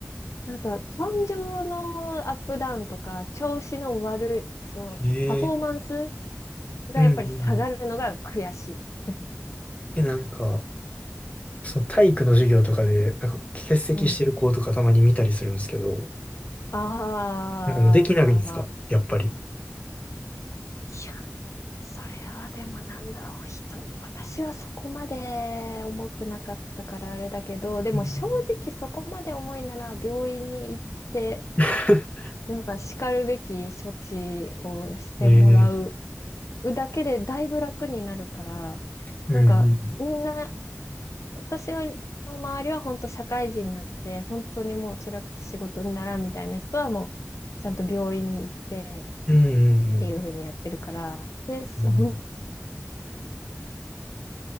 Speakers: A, on the left; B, on the left.
A: なんか、感情のアップダウンとか、調子の悪い、その、
B: い。ねえ。
A: パフォーマンスがやっぱり下がるのが悔しいです。
B: うんうんうん。え、なんか、その体育の授業とかで、なんか欠席してる子とかたまに見たりするんですけど、
A: うん。ああ、
B: なんかもうできないんですかやっぱり。
A: いや、それはでもなんだろう、人に。私はそこまで重くなかったからあれだけど、でも正直そこまで重いなら病院に行って、
B: うん <laughs>
A: なんか叱るべき処置をしてもらう
B: ねえ。
A: だけでだいぶ楽になるから、
B: うんうん。
A: なんかみんな私は、の周りは本当社会人になって、本当にもう辛くて仕事にならんみたいな人はもう、ちゃんと病院に行って
B: うん
A: っていう風にやってるから、
B: うん
A: で、そほん
B: うん。